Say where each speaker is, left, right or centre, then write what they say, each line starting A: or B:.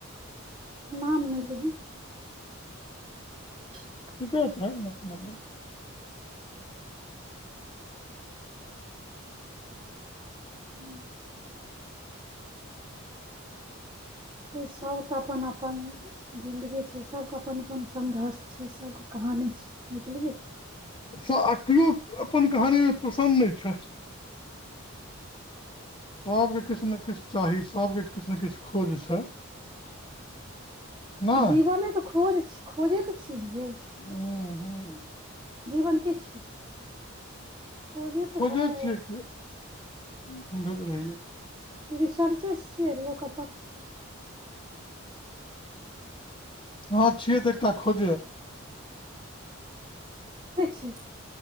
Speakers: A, on the right; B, on the left.
A: नाम नय लही <unintelligible>
B: ठीके छै एक नबंर
A: हू सब क अपन अपन जिंन्दगी छै सब क अपन अपन संघर्ष छै सब क कहाँ हां निक छै बुझलिए
B: स आ केओ अपन कहानी मे पसन्द नय छै सब के किछु ने किछु चाही सब के किछु ने किछु खोज छै नहि
A: ऽ जीवने तऽ खोज छी खोजे तऽ छियै ने रे
B: उंहूं
A: जीवन के छियै खोजे त
B: खोजै
A: हैय
B: छियै कि ढूंढैत रहियै
A: रिसर्चे छियै लोक
B: ह छियै त एकटा खोजे
A: बेैछिय